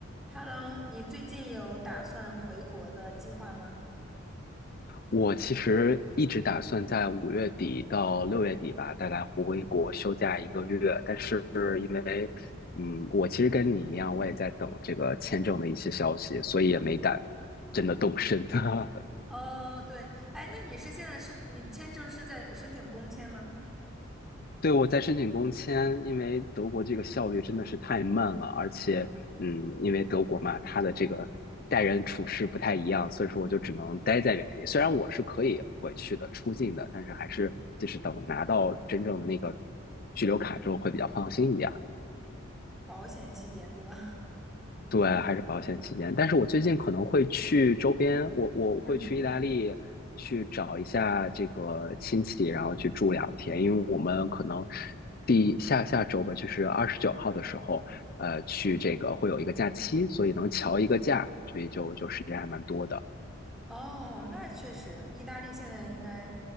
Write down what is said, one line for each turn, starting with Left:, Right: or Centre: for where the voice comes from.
Centre: Hello，你最近有打算回国的计划吗？
Left: 我其实一直打算在五月底到六月底吧，大概回国休假一个月。但是因为，嗯，我其实跟你一样，我也在等这个签证的一些消息，所以也没敢真的动身。<laughs>
Centre: 哦，对，哎，那你是现在是你签证是在申请工签吗？
Left: 对，我在申请工签，因为德国这个效率真的是太慢了，而且，嗯，因为德国嘛，它的这个待人处事不太一样，所以说我就只能待在原地。虽然我是可以回去的、出境的，但是还是就是等拿到真正的那个居留卡之后会比较放心一点。
Centre: 保险期间，对吧？
Left: 对，还是保险起见。但是我最近可能会去周边，我我会去意大利去找一下这个亲戚，
Centre: <laughs> 嗯。
Left: 然后去住两天，因为我们可能第下下周吧，就是二十九号的时候，呃，去这个会有一个假期，所以能调一个假，所以就就时间还蛮多的。
Centre: 哦，那确实，意大利现在应该，